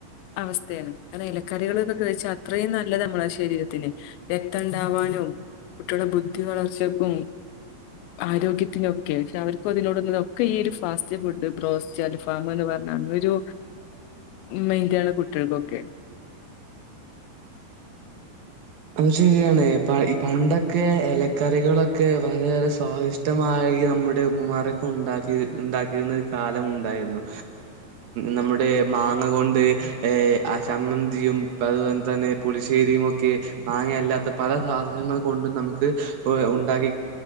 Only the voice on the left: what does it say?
അവസ്ഥയാണ് അത്‌ ഇലക്കറികളൊക്കെ കഴിച്ചാ അത്രയും നല്ലത് നമ്മളെ ശരീരത്തിന് രക്തം ഉണ്ടാവാനും കുട്ട്യേളെ ബുദ്ധി വളർച്ചക്കും ആരോഗ്യത്തിനൊക്കെ പക്ഷെ അവർക്കും അതിനോട ഒക്കെ ഈ ഒരു ഫാസ്റ്റ് ഫുഡ് ബ്രോസ് അൽഫാഹ്മ് എന്ന് പറഞ്ഞ അന്നൊരു മൈൻഡ് ആണ് കുട്ടികൾക്കൊക്കെ